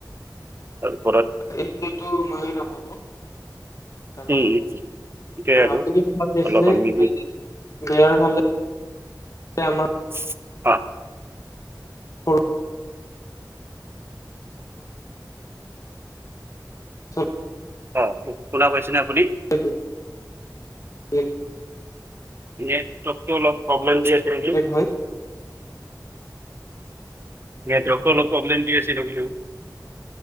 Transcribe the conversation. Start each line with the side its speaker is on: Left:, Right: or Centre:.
Right: তাৰ ওপৰত
Left: এই দেতো মইয়ে নাহো ক কাৰণ
Right: সেইটোৱে
Left: আ
Right: আৰু
Left: আপুনি ঘৰত গৈছেনে
Right: অলপ আমি
Left: <unintelligible>
Right: <unintelligible> অ',
Left: সৰু ল'ৰা-ছোৱালী
Right: অ', শুনা পাইছে নে আপুনি?
Left: তাকে হে
Right: ইয়েচ চব টো অলপ প্ৰব্লেম দি আছিল
Left: এট্ৰেক্ট
Right: যে
Left: হয়
Right: নেটৱৰ্কটো অলপ প্ৰব্লেম দি আছিল আজিও